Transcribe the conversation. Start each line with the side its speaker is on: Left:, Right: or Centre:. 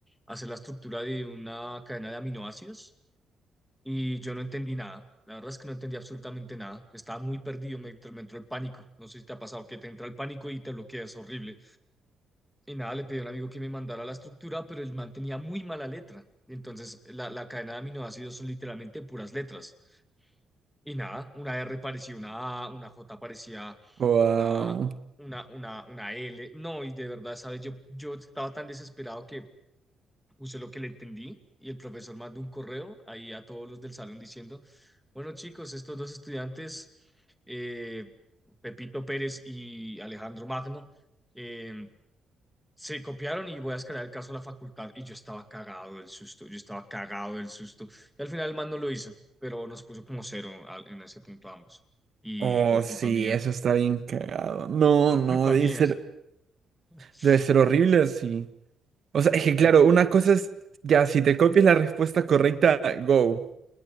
Centre: hacer la estructura de una cadena de aminoácidos y yo no entendí nada. La verdad es que no entendí absolutamente nada. Estaba muy perdido, me, entró- me entró el pánico. No sé si te ha pasado que te entra el pánico y te bloqueas, horrible. Y nada, le pedí a un amigo que me mandara la estructura, pero el man tenía muy mala letra. Entonces, la, la cadena de aminoácidos son literalmente puras letras. Y nada, una R parecía una A, una J parecía
Right: Wow.
Centre: una, una, una, una L. No, y de verdad, ¿sabes? Yo, yo estaba tan desesperado que puse lo que le entendí y el profesor mandó un correo ahí a todos los del salón diciendo, bueno, chicos, estos dos estudiantes, eh, Pepito Pérez y Alejandro Magno, eh, se copiaron y voy a escalar el caso a la facultad. Y yo estaba cagado del susto, yo estaba cagado del susto. Y al final el man no lo hizo, pero nos puso como cero al- en ese punto ambos. Y
Right: Oh,
Centre: por
Right: sí,
Centre: culpa mía,
Right: eso está bien cagado. No,
Centre: por
Right: no,
Centre: culpa
Right: debe
Centre: mía.
Right: ser,
Centre: <laughs>
Right: debe ser horrible así. O sea, es que claro,
Centre: No,
Right: una cosa es, ya, si te copias la respuesta correcta, go.